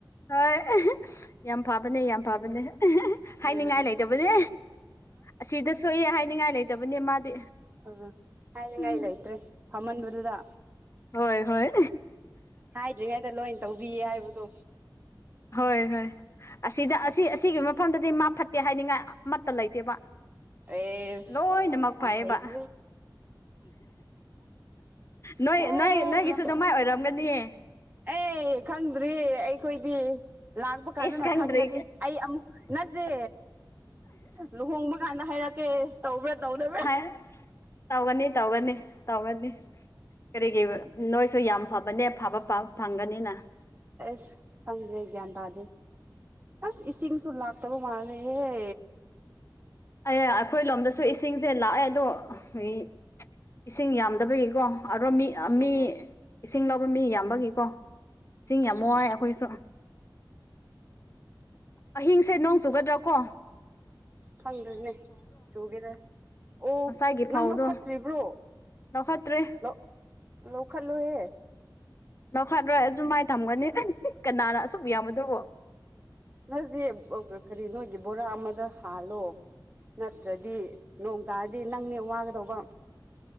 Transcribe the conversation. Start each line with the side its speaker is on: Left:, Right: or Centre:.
Left: ꯍꯣꯏ ꯌꯥꯝ ꯐꯕꯅꯦ ꯌꯥꯝ ꯐꯥꯕꯅꯦ ꯍꯥꯏꯅꯤꯡꯉꯥꯏ
Right: ꯎꯝ
Left: ꯂꯩꯇꯕꯅꯦ ꯑꯁꯤꯗ ꯁꯣꯏꯌꯦ ꯍꯥꯏꯅꯤꯡꯉꯥꯏ ꯂꯩꯇꯕꯅꯦ ꯃꯥꯗꯤ
Right: ꯑꯣ ꯍꯥꯏꯅꯤꯡꯉꯥꯏ
Left: ꯎꯝ
Right: ꯂꯩꯇ꯭ꯔꯦ ꯐꯃꯟꯕꯗꯨꯗ
Left: ꯍꯣꯏ ꯍꯣꯏ
Right: ꯍꯥꯏꯗ꯭ꯔꯤꯉꯩꯗ ꯂꯣꯏ ꯇꯧꯕꯤꯌꯦ ꯍꯥꯏꯕꯗꯣ
Left: ꯍꯣꯏ ꯍꯣꯏ ꯑꯁꯤꯗ ꯑꯁꯤ ꯑꯁꯤꯒꯤ ꯃꯐꯝꯗꯗꯤ ꯃꯥ ꯐꯠꯇꯦ ꯍꯥꯏꯅꯤꯡꯉꯥꯏ ꯑꯃꯠꯇ ꯂꯩꯇꯦꯕ
Right: ꯑꯦꯁ
Left: ꯂꯣꯏꯅꯃꯛ
Right: ꯌꯥꯝ
Left: ꯐꯩꯌꯦꯕ
Right: ꯐꯩꯀꯣ
Left: ꯅꯣꯏ
Right: ꯑꯦ
Left: ꯅꯣꯏ ꯅꯣꯏꯒꯤꯁꯨ
Right: ꯌꯥꯝ
Left: ꯑꯗꯨꯃꯥꯏ ꯑꯣꯏꯔꯝꯒꯅꯤꯌꯦ
Right: ꯑꯦ ꯈꯪꯗ꯭ꯔꯤꯌꯦ ꯑꯩꯈꯣꯏꯗꯤ ꯂꯥꯛꯄ ꯀꯥꯟꯗꯅ
Left: ꯑꯩꯁ ꯈꯪꯗ꯭ꯔꯤ
Right: ꯈꯪꯒꯅꯤ ꯑꯩ ꯑꯃꯨꯛ ꯅꯠꯇꯦ ꯂꯨꯍꯣꯡꯕ ꯀꯥꯟꯗ ꯍꯥꯏꯔꯛꯀꯦ ꯇꯧꯕ꯭ꯔꯥ ꯇꯧꯗ
Left: ꯍꯥꯏ ꯇꯧꯒꯅꯤ ꯇꯧꯒꯅꯤ ꯇꯧꯒꯅꯤ ꯀꯔꯤꯒꯤ ꯅꯣꯏꯁꯨ ꯌꯥꯝ ꯐꯕꯅꯦ ꯐꯕ ꯄꯥ ꯐꯪꯒꯅꯤꯅ
Right: ꯑꯁ ꯈꯪꯗ꯭ꯔꯦ ꯒ꯭ꯌꯥꯟ ꯇꯥꯗ꯭ꯔꯦ ꯑꯁ ꯏꯁꯤꯡꯁꯨ ꯂꯥꯛꯇꯕ ꯃꯥꯜꯂꯦꯍꯦ
Left: ꯑꯌꯥ ꯑꯩꯈꯣꯏ ꯂꯣꯝꯗꯁꯨ ꯏꯁꯤꯡꯁꯦ ꯂꯥꯛꯑꯦ ꯑꯗꯣ ꯐꯩꯌꯦ ꯏꯁꯤꯡ ꯌꯥꯝꯗꯕꯒꯤꯀꯣ ꯑꯗꯣ ꯃꯤ ꯃꯤ
Right: ꯑꯣ
Left: ꯏꯁꯤꯡ ꯂꯧꯕ ꯃꯤ ꯌꯥꯝꯕꯒꯤꯀꯣ ꯏꯁꯤꯡ ꯌꯥꯝ
Right: ꯑꯣ
Left: ꯋꯥꯏ ꯑꯩꯈꯣꯏꯁꯨ ꯑꯍꯤꯡꯁꯦ ꯅꯣꯡ ꯆꯨꯒꯗ꯭ꯔꯥ ꯀꯣ
Right: ꯈꯪꯗ꯭ꯔꯦꯅꯦ ꯆꯨꯒꯦꯔ ꯑꯣ
Left: ꯉꯁꯥꯏꯒꯤ
Right: ꯅꯪ
Left: ꯐꯧꯗꯣ
Right: ꯂꯧꯈꯠꯇ꯭ꯔꯤꯕ꯭ꯔꯣ
Left: ꯂꯧꯈꯠꯇ꯭ꯔꯦ
Right: ꯂꯧ ꯂꯧꯈꯠꯂꯨꯍꯦ
Left: ꯂꯧꯈꯠꯔꯣꯏ ꯑꯗꯨꯃꯥꯏ ꯊꯝꯒꯅꯤ ꯀꯅꯥꯅ ꯑꯁꯨꯛ ꯌꯥꯝꯃꯗꯕꯣ
Right: ꯅꯪꯁꯦ ꯑꯑ ꯀꯔꯤ ꯅꯣꯏꯒꯤ ꯕꯣꯔꯥ ꯑꯃꯗ ꯍꯥꯜꯂꯣ ꯅꯠꯇ꯭ꯔꯗꯤ ꯅꯣꯡ ꯇꯥꯔꯗꯤ ꯅꯪꯅꯦ ꯋꯥꯒꯗꯧꯕ